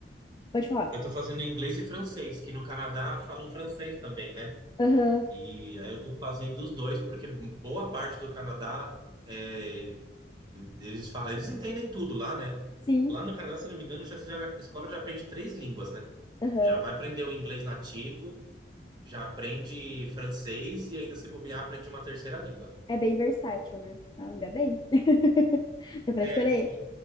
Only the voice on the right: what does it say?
eu tô fazendo inglês e francês, que no Canadá falam francês também, né?
E aí eu tô fazendo os dois, porque boa parte do Canadá é, Eles falam, eles entendem tudo lá, né?
Lá no Canadá, se eu não me engano, já, já na escola já aprende três línguas, né?
Já vai aprender o inglês nativo, já aprende francês e ainda se bobear aprende uma terceira língua.
É,
sim.